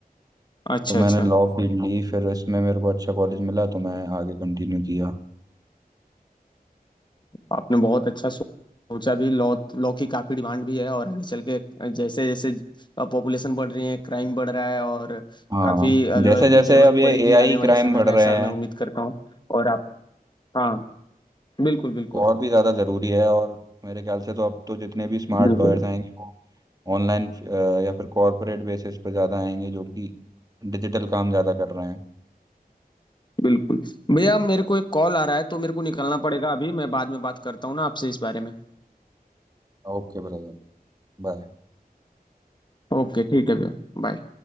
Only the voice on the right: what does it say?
तो
मैंने लॉ फील्ड ली फिर इसमें मेरे को अच्छा कॉलेज मिला तो मैं आगे कंटिन्यू किया
हाँ
जैसे जैसे
अब ये
एआई
क्राइम
बढ़
रहे
हैं
तो और भी ज़्यादा ज़रूरी है और मेरे ख्याल से तो अब तो जितने भी स्मार्ट
लॉयर्स आएंगे वो ऑनलाइन या फिर कॉरपोरेट बेसिस पे ज़्यादा आएंगे जो कि डिजिटल काम ज़्यादा कर रहे हैं
Okay brother bye